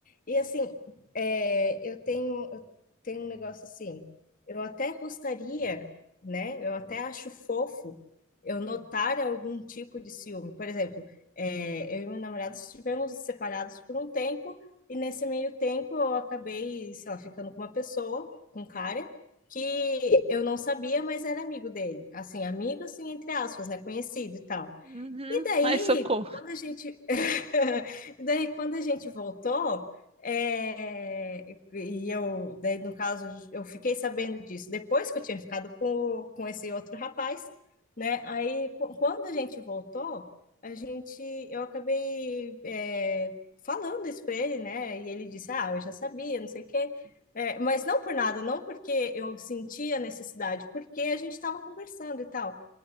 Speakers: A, on the left (about 45°); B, on the right (about 30°).
A: E assim, é, eu tenho, eu tenho um negócio assim, eu até gostaria, né? Eu até acho fofo eu notar algum tipo de ciúme. Por exemplo, é, eu e meu namorado estivemos separados por um tempo, e nesse meio tempo eu acabei, sei lá, ficando com uma pessoa, com um cara, que eu não sabia, mas era amigo dele. Assim, amigo, assim, entre aspas, né? Conhecido e tal.
B: Uhum,
A: E daí,
B: ai, socorro.
A: quando a gente, <laughs> e daí, quando a gente voltou, é, e eu, daí, no caso, eu fiquei sabendo disso depois que eu tinha ficado com, com esse outro rapaz, né? Aí, qu- quando a gente voltou, a gente, eu acabei, é, falando isso para ele, né? E ele disse, ah, eu já sabia, não sei o quê. É, mas não por nada, não porque eu sentia necessidade, porque a gente estava conversando e tal.